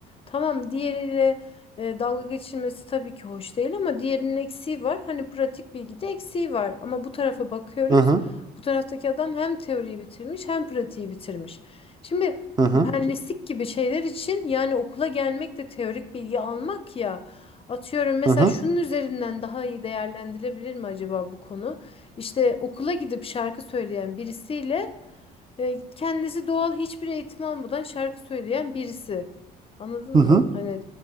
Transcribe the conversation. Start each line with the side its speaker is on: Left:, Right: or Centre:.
Left: Tamam diğeriyle e, dalga geçilmesi tabii ki hoş değil ama diğerinin eksiği var. Hani pratik bilgide eksiği var ama bu tarafa bakıyoruz.
Right: hı hı
Left: Bu taraftaki adam hem teoriyi bitirmiş hem pratiği bitirmiş. Şimdi
Right: hı hı
Left: mühendislik gibi şeyler için yani okula gelmek de teorik bilgi almak ya. Atıyorum mesela
Right: hı hı
Left: şunun üzerinden daha iyi değerlendirilebilir mi acaba bu konu? İşte okula gidip şarkı söyleyen birisiyle e, kendisi doğal hiçbir eğitim almadan şarkı söyleyen birisi. Anladın
Right: hı
Left: mı? Hani